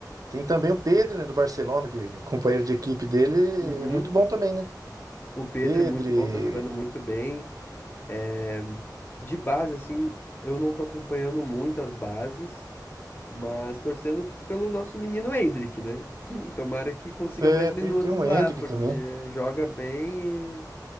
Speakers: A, on the right; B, on the left.
A: Tem também o Pedro, né, do Barcelona, que é companheiro de equipe dele,
B: Uhum.
A: é muito bom também, né?
B: O Pedro,
A: Pedro,
B: é muito
A: e-
B: bom, tá jogando muito bem. É, De base, assim, eu não tô acompanhando muito as bases, mas torcendo pelo nosso menino Hendrick, né? <laughs> Tomara que consiga
A: é,
B: mais minutos
A: tem, tem um
B: lá,
A: Endrick
B: porque
A: também.
B: joga bem